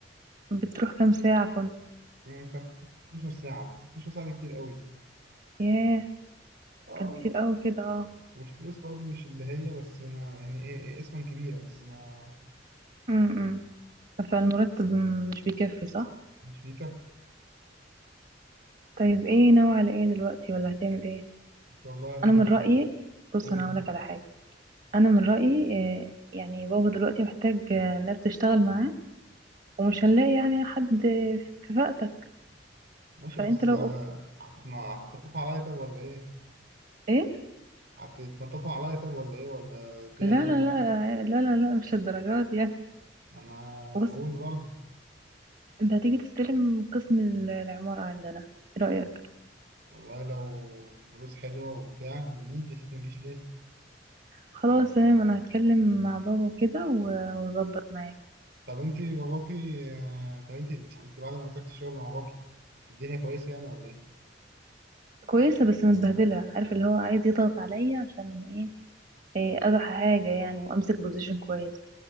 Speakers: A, on the right (about 45°); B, on the right (about 65°).
A: بتروح كام ساعه كنت
B: مم، كانت 12 ساعة بس 12 ساعة دي كتير قوي
A: ياه
B: اه
A: كان
B: وال-
A: كتير قوي كده اه
B: والفلوس برضو مش اللي هي بس ما يعني ايه إيه اسما كبيرة بس ما
A: امم فالمرتب مش بيكفي صح
B: مش بيكفي
A: طيب ايه ناوي على ايه دلوقتي ولا هتعمل ايه
B: ان شاء الله انا
A: انا من رأيي بص
B: اقول
A: انا هقولك على حاجة انا من رأيي آه، يعني بابا دلوقتي محتاج آه، ناس تشتغل معاه ومش هنلاقي يعني حد في كفاءتك
B: ماشي
A: فانت
B: بس
A: لو
B: آه، هتتنا- هتتنططوا عليا طب ولا ايه
A: ايه
B: هتتنططوا عليا طب ولا ايه ولا الدنيا
A: لا
B: هتبقى
A: لا لا
B: ماشية
A: لا لا لا مش الدرجات دي يعني
B: انا بقول
A: بص
B: برضه
A: انت هتيجي تستلم قسم ال- العمارة عندنا ايه رأيك
B: والله لو فلوس حلوة وبتاع نيجي يا ستي مجيش ليه
A: خلاص تمام انا هتكلم مع بابا وكده و- واظبط معاك
B: طب انت باباكي آه، طب انت انت بعد ما مسكت الشغل مع باباكي الدنيا كويسه يعني ولا ايه؟
A: كويسة بس متبهدلة عارف اللي هو عايز يضغط عليا عشان ايه إيه، اروح حاجة يعني وامسك بوزيشن كويس